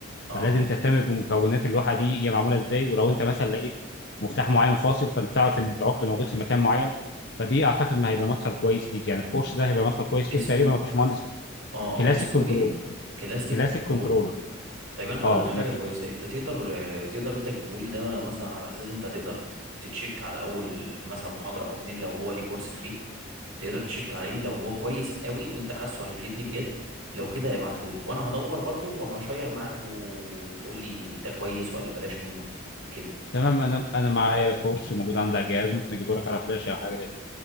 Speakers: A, on the right; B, on the left.
A: اه
B: فلازم تهتم بمكونات اللوحه دي هي معموله ازاي ولو انت مثلا لقيت مفتاح معين فاصل فانت تعرف ان العقل موجود في مكان معين فدي اعتقد ما هيبقى مدخل كويس ليك يعني الكورس ده هيبقى مدخل كويس
A: اسمه
B: ليك تقريبا ما فيش مهندس
A: اه
B: كلاسيك
A: اه اسمه
B: كنترول
A: ايه كلاسيك
B: كلاسيك
A: كنترول
B: كنترول
A: طيب انا هقول
B: اه
A: لك حاجه
B: ما في
A: كويسه انت تقدر آه، تقدر انت تجيبه لي ده مثلا على اساس انت هتقدر ت- تتشيك على اول مثلا محاضره او اتنين لو هو ليه كورس فري تقدر تشيك عليه لو هو كويس قوي وانت حاسه هيفيدني بجد لو كده ابعتهولي وانا هدور برضو وهشير معاك وتقول لي ده كويس ولا بلاش منه كده
B: تمام انا انا معايا كورس موجود عندي على الجهاز ممكن اجيبه لك على فلاش او حاجه زي كده